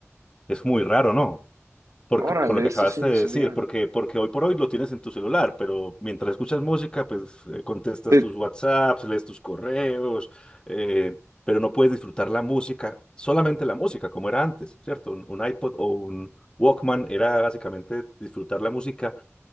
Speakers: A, on the left; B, on the right.
A: Es muy raro, ¿no? Porque,
B: Órale,
A: con lo que
B: eso
A: acabaste
B: sí no
A: de
B: sabía.
A: decir, porque, porque hoy por hoy lo tienes en tu celular, pero mientras escuchas música, pues eh, contestas
B: Sí,
A: tus WhatsApps, lees tus correos, eh, pero no puedes disfrutar la música, solamente la música, como era antes, ¿cierto? Un, un iPod o un Walkman era básicamente disfrutar la música